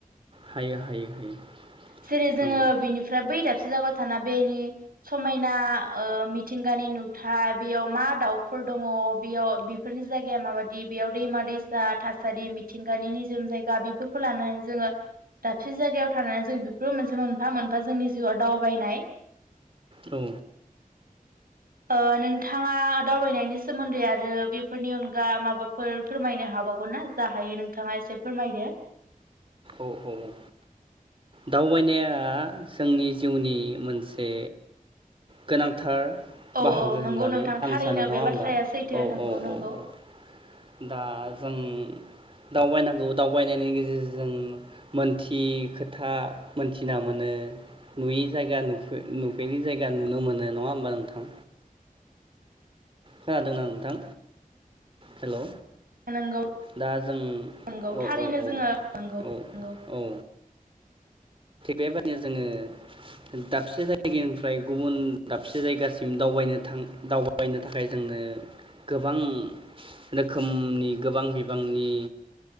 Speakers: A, on the right; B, on the right.
A: हायो हायो हायो
B: जेरै जोङो
A: नंगौ
B: बिनिफ्राय बै दाबसे जायग थाना बेनि समायना ओ मिथिंगानि नुथाय बेयाव मा दाउ फोर दङ बेयाव बेफोरनि जायगाया माबायदि बेयाव दैमा दैसा थासारि मिथिंगानि निजोम जायगा बेफोरखौ लानानै जोङो दाबसे जायगायाव थानानै जों बेफोरो मोनसे मोनफा मोनफा जोंनि जिउआव दावबायनाय
A: औ
B: ओ नोंथाङा दावबायनायनि सोमोन्दै आरो बेफोरनि अनगा माबाफोर फोरमायनो हाबावगौ ना जा हायो नोंथाङा एसे फोरमायदो
A: औ औ औ दावबायनाया जोंनि जिउनि मोनसे गोनांथार
B: औ
A: बाहागो
B: औ नंगौ
A: होननानै
B: नोंथां थारैनो
A: आं सानो नङा
B: बे
A: होमबा
B: बाथ्राया सैथो
A: औ
B: नंगौ
A: औ
B: नंगौ
A: औ औ दा जों दावबायनांगौ दावबायनायनि गेजेरजों जों मोनथियै खोथा मोनथिना मोनो नुयि जायगा नुफे-नुफेरै जायगा नुनो मोनो नङा होमबा नोंथां खोनादोंना नोंथां हेलौ
B: नंगौ
A: दा जों
B: नंगौ
A: औ
B: थारैनो
A: औ औ
B: जोङो नंगौ
A: औ
B: नंगौ
A: औ बेबायदिनो जोङो दाबसे जायगानिफ्राय गुबुन दाबसे जायगासिम दावबायनो थां दावबायनो थाखाय जोंनो गोबां रोखोमनि गोबां बिबांनि